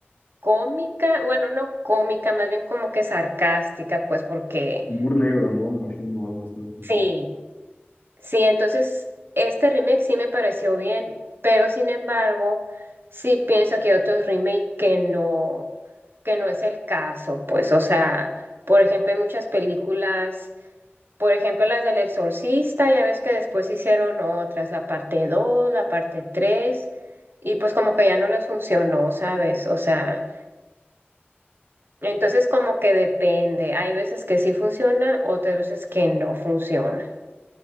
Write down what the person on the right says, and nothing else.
cómica, bueno, no cómica, más bien como que sarcástica, pues porque
sí. Sí, entonces este remake sí me pareció bien, pero sin embargo, sí pienso que hay otros remake que no, que no es el caso, pues, o sea, por ejemplo, hay muchas películas, por ejemplo, las del Exorcista, ya ves que después hicieron otras, la parte 2, la parte 3, y pues como que ya no les funcionó, ¿sabes? O sea, entonces como que depende, hay veces que sí funciona, otras veces que no funciona.